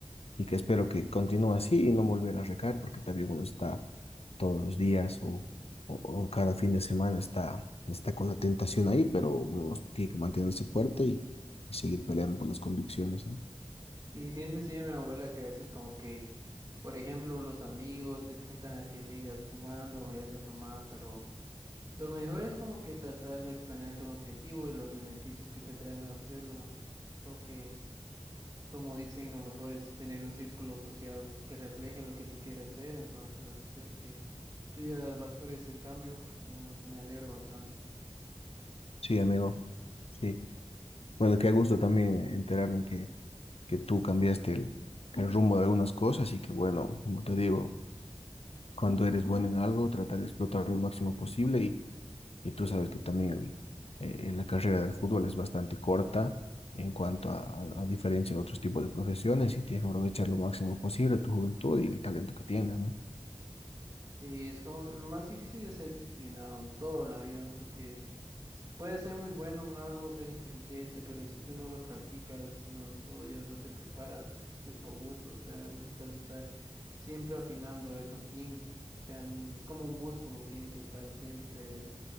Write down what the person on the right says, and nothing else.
Sí, bien decía mi abuela que a veces como que, por ejemplo, los amigos te tientan a que sigas fumando, vayas a tomar, pero lo mejor es como que tratar de planearte un objetivo y los beneficios que te traen no hacerlo. Creo que, como dicen, lo mejor es tener un círculo social que refleje lo que tú quieres hacer, entonces creo que si tú ya vas por ese cambio, uh, me alegro bastante.
Sí, es como lo más difícil de ser disciplinado en todo en la vida, porque s- puedes ser muy bueno en algo, ser inteligente, pero si tú no lo practicas, no estudias, no te preparas, que es por gusto, o sea, necesitas estar siempre afinando eso en ti. O sea, n- es como un músculo, tiene que estar siempre